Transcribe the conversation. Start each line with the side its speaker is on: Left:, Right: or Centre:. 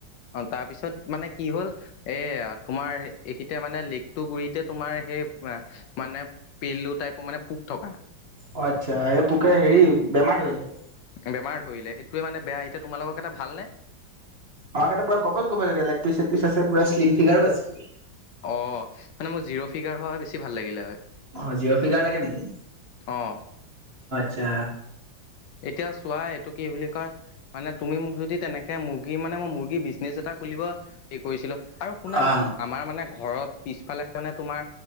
Left: তাৰপিছত তাৰিত মানে কি হ'ল এ তোমাৰ এইখিতে মানে লেকটো গুৰিতে তোমাৰ সেই মানে পলু টাইপৰ মানে পোক থকা
Right: অ আচ্ছা এই পোকে হেৰি বেমাৰ ধৰিলে
Left: বেমাৰ ধৰিলে সেইটোৱে মানে বেয়া এতিয়া তোমালক এটা ভালনে
Right: আমাৰ কেতা পুৰা গোপাল গোপাল লেগ পিচ চেগ পিচ আছে পৰা শ্লিম ফিগাৰো আছে
Left: অ মানে মোৰ জিৰ' ফিগাৰ হোৱা হয় বেছি ভাল লাগিলে হয়
Right: অ জিঅ' ফিগাৰ লাগে নেকি
Left: অ
Right: যা
Left: এতিয়া চোৱা এইটো কি বুলি কয় মানে তুমি মোক যদি তেনেকে মুৰ্গী মানে মই মুৰ্গী বিজনেচ এটা খুলিব এই কৰিছিলো আৰু শুনা
Right: অ
Left: না আমাৰ মানে ঘৰত পিছফালে মানে তোমাৰ